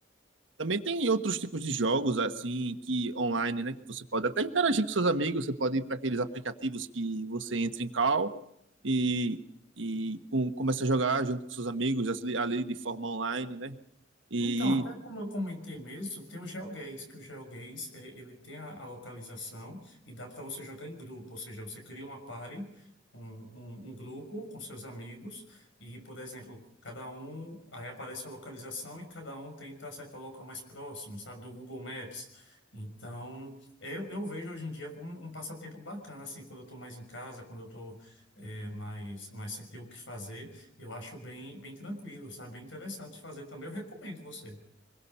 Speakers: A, on the right; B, on the left.
A: também tem outros tipos de jogos, assim, que online, né? Que você pode até interagir com seus amigos. Você pode ir para aqueles aplicativos que você entra em call e, e com- começa a jogar junto com seus amigos, assim, ali de forma online, né? E
B: Então, até como eu comentei mesmo, tem o GeoGuessr, que o GeoGuessr, eh, ele tem a, a localização e dá para você jogar em grupo, ou seja, você cria uma party, um, um, um grupo com seus amigos e, por exemplo, cada um, aí aparece a localização e cada um tenta acertar o local mais próximo, sabe, do Google Maps. Então, eu, eu vejo hoje em dia como um, um passatempo bacana, assim, quando eu estou mais em casa, quando eu estou mais, mais sem ter o que fazer, eu acho bem, bem tranquilo, sabe? Bem interessante fazer também. Eu recomendo você,